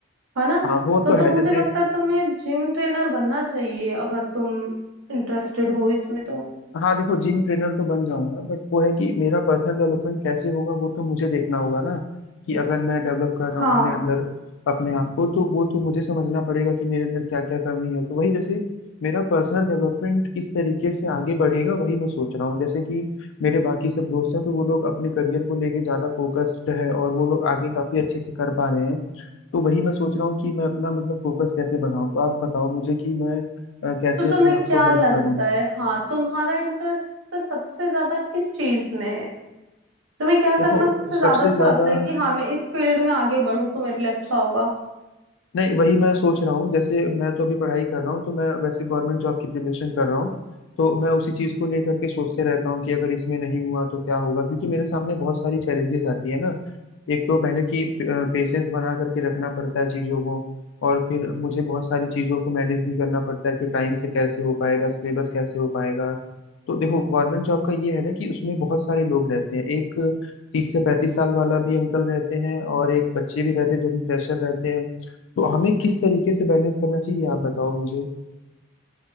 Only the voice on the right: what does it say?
है ना
तो
तुम
मुझे
लगता है तुम्हें जिम ट्रेनर बनना चाहिए अगर तुम इंटरेस्टेड हो इसमें तो
हाँ
तो
तुम्हें
क्या
लगता
है हाँ तुम्हारा इंटरेस्ट सबसे ज्यादा किस चीज में है तुम्हें क्या
करना सबसे ज्यादा
अच्छा
लगता है कि हाँ मैं इस फील्ड में आगे बढ़ूं तो मेरे लिए अच्छा होगा